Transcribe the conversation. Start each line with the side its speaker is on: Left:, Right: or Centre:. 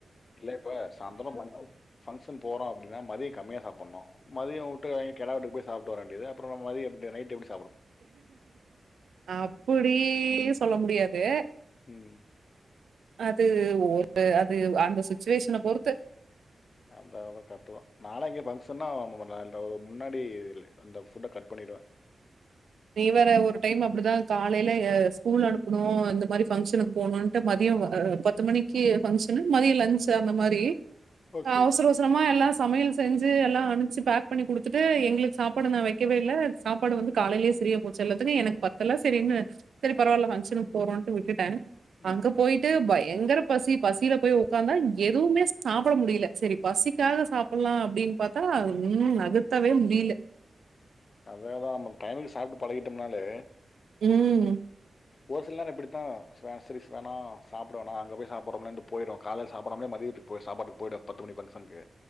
Left: இல்ல இப்ப சாயந்தர போறோ பங்க்ஷன் போறோ அப்டின்னா மதிய கமியா சாப்படணு மதிய உட்டு வாங்கி கெடா வெட்டுக் போயி சாப்ட்டு வர வேண்டிது அப்பற மதிய எப் நைட் எப்டி
Right: அப்புடியு சொல்ல முடியா து
Left: ம்
Right: அது ஒரு அது அந்த சுச்சுவேஷன பொறுத்து
Left: அதா அதா கரெக்ட்டு தா நான்லா இங்க ஃபங்க்ஷன்னா முன்னால ஒரு முன்னாடி இ அந்த ஃபுட்ட கட் பண்ணிடுவே
Right: நீ வேற ஒரு டைமு அப்டிதா காலையில எ ஸ்கூல் அனுப்புனு இந்த மாரி ஃபங்க்ஷனுக்கு போணுன்ட்டு மதியம் பத்து மணிக்கு ஃபங்க்ஷனு மதியம் லன்ச் அந்த மாரி
Left: ஓகே
Right: அவசர அவசரமா எல்லா சமையல் செஞ்சு எல்லா அனுப்ச்சு பேக் பண்ணி குடுத்துட்டு எங்களுக்கு சாப்பாடு நா வைக்கவே இல்ல சாப்பாடு வந்து காலையிலேயே சரியாபோச்சு எல்லாத்துக்கு எனக்கு பத்தல சேரின்னு சேரி பரவால்ல ஃபங்க்ஷனுக்கு போறோன்ட்டு விட்டுட்ட
Left: ம்
Right: அங்க போயிட்டு பய ங்கிற பசி பசியில போய் உக்காந்தா எதுவுமே சாப்ட முடியல சேரி பசிக்காக சாப்புட்லா அப்டின்னு பாத் த்தா ம் நகத்தாவே முடில
Left: அததா நம்ம அந்த டைமுக்கு சாப்ட்டு பழகிட்டோம்னாலே
Right: ம்
Left: ஒரு சில நேரம் இப்டித்தா ச சேரி வேணா சாப்ட வேணா அங்க போய் சாப்புட்றோமேன்ட்டு போயிட்றோ காலைல சாப்டாமலே மதியத்துக்கு போ சாப்பாட்டுக்கு போயிடு பத்து மணி ஃபங்க்ஷனுக்கு